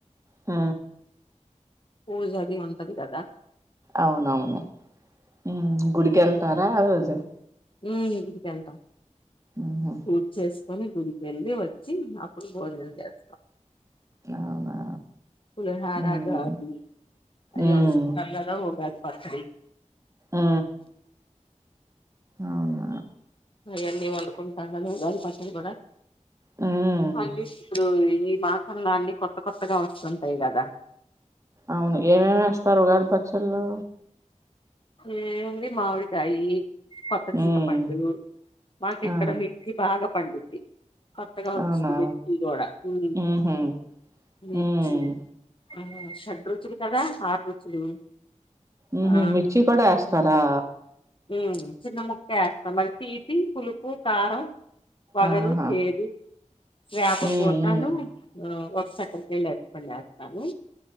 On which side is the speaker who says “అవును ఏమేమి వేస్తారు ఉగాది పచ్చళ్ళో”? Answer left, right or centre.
Right